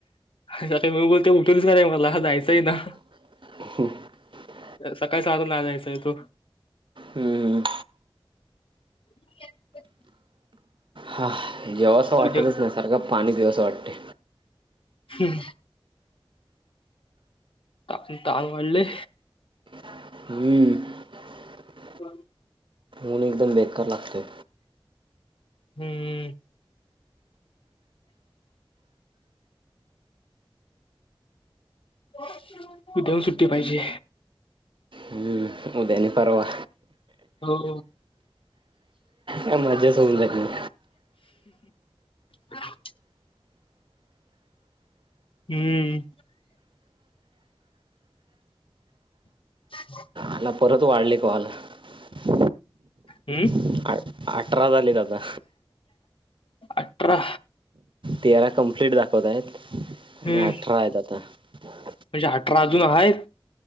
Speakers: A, on the left; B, on the right.
A: मम्मी न बोलता उठवलीच नाही मला जायचं आहे ना
B: ह
A: सकाळी सहाला नाही जायचं आहे तो
B: हम्म
A: <inaudible>
B: हा जेवा असं वाटतच
A: उद्या
B: ना सारख पाणी पिवस वाटते
A: हम्म त ताण वाढले
B: हम
A: ब
B: ऊन एकदम बेकार लागतय
A: हम्म उद्या पण सुट्टी पाहिजे
B: हम्म उद्याने परवा.
A: हो.
B: का मजाच होऊन जाईल म.
A: ह. हम्म. <inaudible>
B: आला परत वाढली कॉल. <inaudible>
A: हम्म
B: आ- अठरा झालेत आता
A: अठरा.
B: तेरा कम्प्लीट दाखवत आहेत.
A: हम्म
B: आणि अठरा आहेत आता. <inaudible>
A: म्हणजे अठरा अजून आहेत.